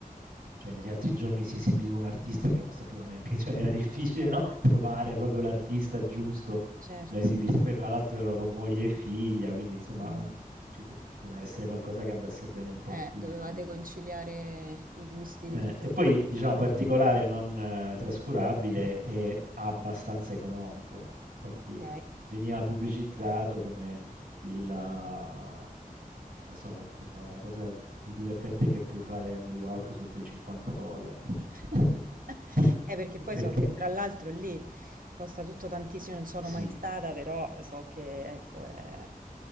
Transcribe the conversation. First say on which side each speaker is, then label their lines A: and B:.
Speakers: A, on the right; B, on the right.
A: cioè, negli altri giorni si esibiva un artista che non sapevo neanche, cioè era difficile, no? Trovare proprio l'artista giusto
B: certo.
A: da esibirsi. Poi fra l'altro ero con moglie e figlia, quindi insomma
B: Mm.
A: ci do- doveva essere qualcosa che andasse bene un po'
B: Eh,
A: a tutti.
B: dovevate conciliare i gusti
A: Eh,
B: di tutte
A: e poi,
B: e tre.
A: diciamo, particolare non eh, trascurabile è abbastanza economico. Infatti,
B: Ok.
A: veniva pubblicizzato come il, ah, non lo so, insomma, la cosa più divertente che puoi fare a New York sotto i 50 dollari.
B: <laughs>
A: <laughs>
B: Eh, perché poi
A: Perché
B: so che tra l'altro lì costa tutto tantissimo, non sono
A: sì,
B: mai stata, però so che ecco, è,